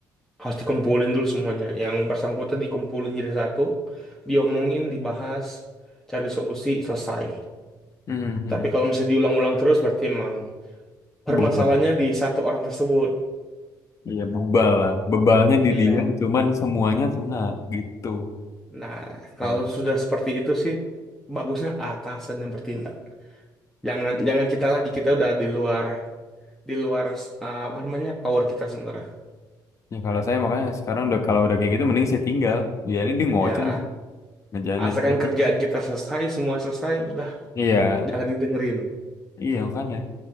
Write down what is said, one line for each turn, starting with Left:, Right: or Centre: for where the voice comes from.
Centre: harus dikumpulin dulu semuanya. Yang bersangkutan dikumpulin jadi satu, diomongin, dibahas, cari solusi, selesai.
Left: hmm, hmm.
Centre: Tapi kalau misalnya diulang-ulang terus, berarti emang permasalahannya
Left: bebal
Centre: di satu orang tersebut.
Left: iya bebal lah bebalnya di
Centre: Iya.
Left: dia cuman semuanya kena gitu
Centre: Nah, kalau
Left: oh, iya.
Centre: sudah seperti itu sih, bagusnya atasan yang bertindak. Jangan jangan kita lagi, kita udah di luar di luar eh, apa namanya power kita sebenarnya.
Left: ya kalau saya makanya sekarang udah kalau udah kayak gitu mending saya tinggal biarin dia ngoceh
Centre: Ya,
Left: ngejanin
Centre: asalkan
Left: jadi
Centre: kerjaan kita selesai, semua selesai, udah
Left: iya
Centre: jangan didengerin.
Left: iya kan ya